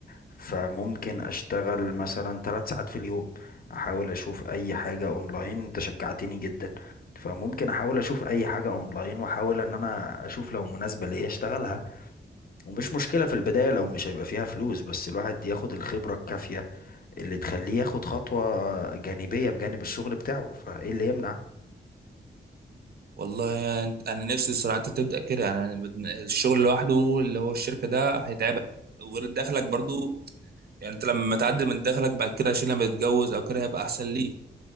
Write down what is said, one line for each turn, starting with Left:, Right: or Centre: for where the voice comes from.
Left: فممكن اشتغل مثلا ثلاث ساعات في اليوم احاول اشوف اي حاجة اونلاين انت شجعتني جدا فممكن احاول اشوف اي حاجة اونلاين واحاول ان انا اشوف لو مناسبة ليا اشتغلها ومش مشكلة في البداية لو مش هيبقى فيها فلوس بس الواحد ياخد الخبرة الكافية اللي تخليه ياخد خطوة جانبية بجانب الشغل بتاعه فايه اللي يمنع
Right: والله يعني انا نفسي الصراحة انت تبدأ كده يعني أنا بد- الشغل لوحده اللي هو الشركة ده هيتعبك وغير دخلك برضو يعني انت لما تعدل من دخلك بعد كده عشان لما تتجوز او كده هيبقى احسن ليك